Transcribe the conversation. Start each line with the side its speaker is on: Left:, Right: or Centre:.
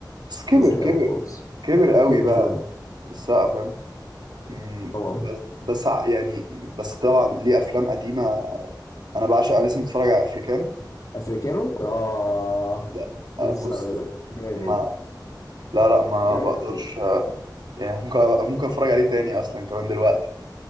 Right: بس كبر
Left: مش زي الاول
Right: كبر
Left: خالص
Right: كبر قوي
Left: كبر
Right: بقى
Left: فعلا
Right: السقا فاهم مم،
Left: طبعا
Right: بس بس ع- يعني بس طبعا ليه افلام قديمة انا بعشق انا لسه متفرج على افريكانو
Left: افريكانو اه
Right: لا آه،
Left: لسه
Right: بص
Left: هقول لك جامد
Right: ما لا لا ما
Left: جامد
Right: بقدرش
Left: قوي
Right: آه، يعني ممكن ممكن اتفرج عليه تاني اصلا كمان دلوقتي